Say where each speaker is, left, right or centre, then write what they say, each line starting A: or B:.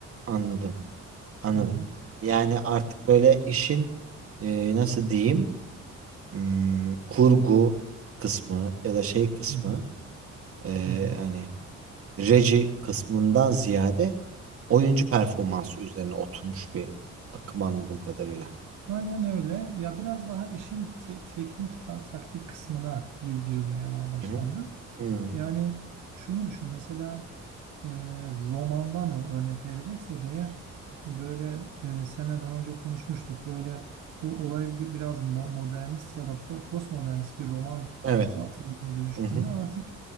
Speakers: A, on the right; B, on the right.
A: anladım. Anladım.
B: Hı hı.
A: Yani artık böyle işin e, nasıl diyeyim Hmm, kurgu kısmı ya da şey kısmı
B: Hı hı.
A: e,
B: Hı hı.
A: hani reji kısmından ziyade oyuncu performansı üzerine oturmuş bir akım anladığım kadarıyla.
B: Aynen öyle. Ya biraz daha işin te- teknik ta- taktik kısmına gir- girilmeye ba- başlandı.
A: Hı hı. Hı.
B: Yani şunu düşün mesela e, romandan ör- örnek vereceksek eğer böyle e, seninle daha önce konuşmuştuk. Böyle o olay bi- biraz mo- modernist ya da po- postmodernist bir roman
A: Evet.
B: ta- tarzına dönüştüğünde
A: Hı hı.
B: artık